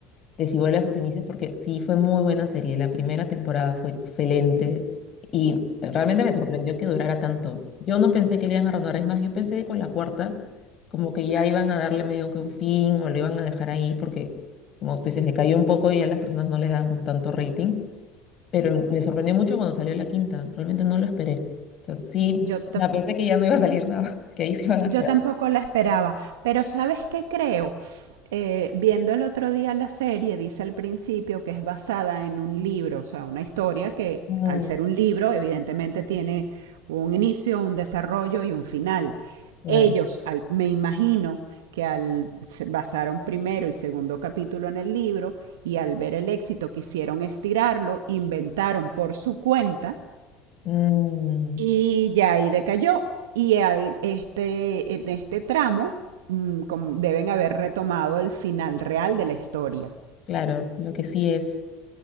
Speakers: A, on the left (about 40°); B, on the right (about 70°).
A: de si vuelve a sus inicios, porque sí fue muy buena serie. La primera temporada fue excelente y realmente me sorprendió que durara tanto. Yo no pensé que le iban a renovar, es más, yo pensé que con la cuarta como que ya iban a darle medio que un fin o lo iban a dejar ahí porque, como tú dices, decayó un poco y a las personas no le dan como tanto rating, pero me sorprendió mucho cuando salió la quinta, realmente no lo esperé. O sea, sí,
B: Yo
A: o sea, pensé que ya no iba a salir nada, <laughs> que ahí se iban a
B: Yo
A: quedar.
B: tampoco la esperaba, pero ¿sabes qué creo? Eh, viendo el otro día la serie, dice al principio que es basada en un libro, o sea, una historia que
A: Mm,
B: al ser un libro, evidentemente tiene un inicio, un desarrollo y un final.
A: claro.
B: Ellos, al- me imagino que al se basaron primero y segundo capítulo en el libro y al ver el éxito quisieron estirarlo, inventaron por su cuenta
A: Mm,
B: y ya ahí decayó. Y ahí, este, en este tramo mm, com- deben haber retomado el final real de la historia.
A: claro, lo que sí es...